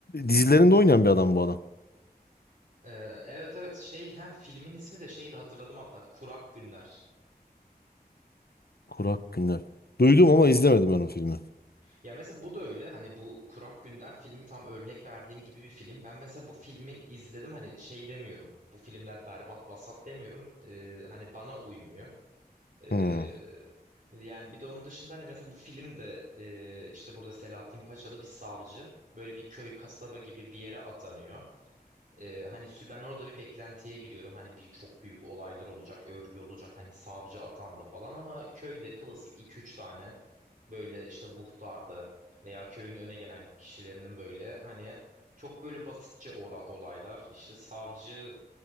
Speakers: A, on the left; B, on the right.
A: dizilerinde oynayan bir adam bu adam.
B: Ee, evet evet şey ha filmin ismi de şeydi hatırladım hatta Kurak Günler.
A: Kurak Günler. Duydum ama izlemedim ben o filmi.
B: Ya mesela bu da öyle hani bu Kurak Günler filmi tam örnek verdiğim gibi bir film. Ben mesela bu filmi izledim hani şey demiyorum. Bu filmler berbat vasat demiyorum. Ee, hani bana uymuyor. Ee,
A: Hmm.
B: yani bir de onun dışında hani mesela bu filmde e, işte burada Selahattin Paçalı bir savcı. Böyle bir köy kasaba gibi bir yere atanıyor. Ee, hani sü- ben orada bir beklentiye giriyorum. Hani bir çok büyük olaylar olacak, örgü olacak. Hani savcı atandı falan ama köyde klasik iki üç tane böyle işte muhtardı veya köyün öne gelen kişilerinin böyle hani çok böyle basitçe ora olaylar. İşte savcı